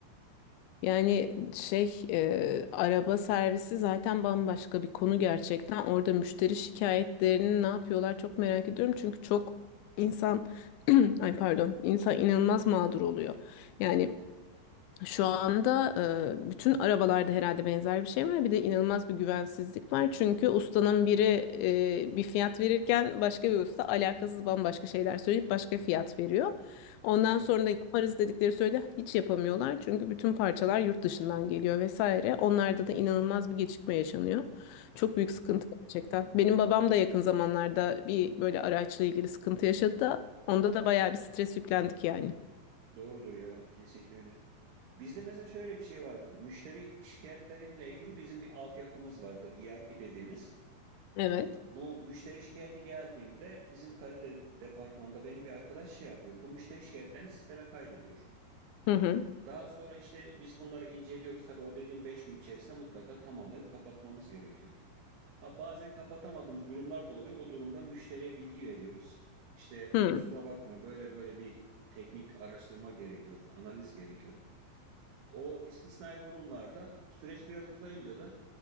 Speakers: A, on the left; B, on the right.
A: Yani şey e, araba servisi zaten bambaşka bir konu gerçekten. Orada müşteri şikayetlerini ne yapıyorlar çok merak ediyorum. Çünkü çok insan <clears throat> ay pardon insan inanılmaz mağdur oluyor. Yani Şu anda e, bütün arabalarda herhalde benzer bir şey var. Bir de inanılmaz bir güvensizlik var. Çünkü ustanın biri e, bir fiyat verirken başka bir usta alakasız bambaşka şeyler söyleyip başka fiyat veriyor. Ondan
B: Evet,
A: sonra da yaparız dedikleri sürede hiç yapamıyorlar. Çünkü bütün parçalar yurt dışından geliyor vesaire. Onlarda da inanılmaz bir gecikme yaşanıyor. Çok
B: evet
A: büyük sıkıntı
B: maalesef.
A: gerçekten. Benim babam da yakın zamanlarda bir böyle araçla ilgili sıkıntı yaşadı da onda da bayağı bir stres yüklendik yani.
B: Doğrudur ya, kesinlikle öyle. Bizde mesela şöyle bir şey vardır. Müşteri şikayetlerinle ilgili bizim bir altyapımız vardır, ERP dediğimiz.
A: Evet.
B: Bu müşteri şikayeti geldiğinde bizim kalite departmanında benim bir arkadaş şey yapıyor. Bu müşteri şikayetlerini sisteme kaydediyor.
A: Hı hı.
B: Daha sonra işte biz bunları inceliyoruz. Tabii o dediğim 5 gün içerisinde mutlaka tamamlayıp kapatmamız gerekiyor. Ha, bazen kapatamadığımız durumlar da oluyor. O durumda müşteriye bilgi veriyoruz. İşte
A: Hı.
B: kusura bakma böyle böyle bir teknik araştırma gerekiyor, analiz gerekiyor. O istisnai durumlarda süreç biraz uzayınca da